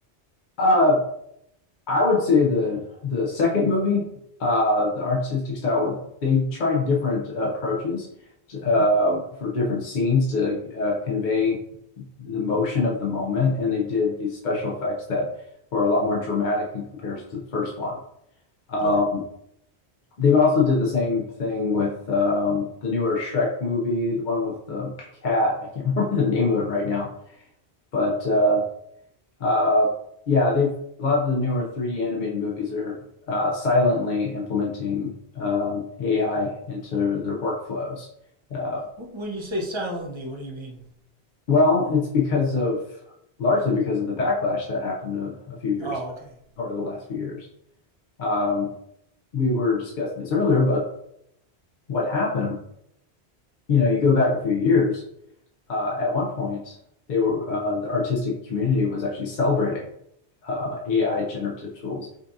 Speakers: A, on the left (about 50°); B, on the right (about 30°).
A: Uh, I would say the the second movie, uh, the artistic style, well, they tried different uh, approaches to,
B: hmm
A: uh, for different scenes to uh, convey the motion of the moment, and they did these special effects that were a lot more dramatic in comparison to the first one. Um,
B: Okay.
A: They've also did the same thing with um, the newer Shrek movie, the one with the cat. I can't <laughs> remember the name of it right now, but uh, uh, yeah, they've a lot of the newer 3D animated movies are uh, silently implementing um, AI into their workflows. Uh,
B: W- When you say silently, what do you mean?
A: well, it's because of largely because of the backlash that happened a, a few years
B: Oh,
A: ago,
B: okay.
A: or the last few years. Um, we were discussing this earlier, but what happened? You know, you go back a few years uh, at one point, they were uh, the artistic community was actually celebrating uh, AI generative tools,